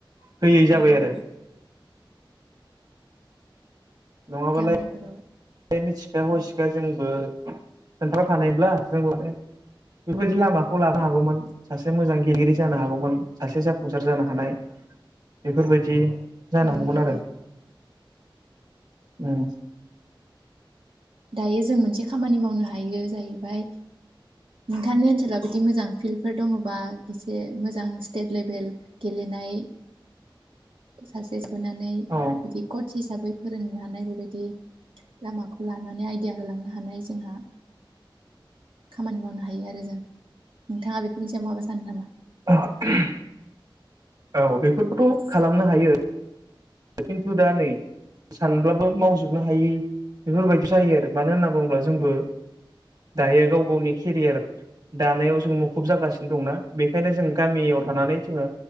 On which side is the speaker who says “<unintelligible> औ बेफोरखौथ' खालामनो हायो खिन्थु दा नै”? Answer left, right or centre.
Right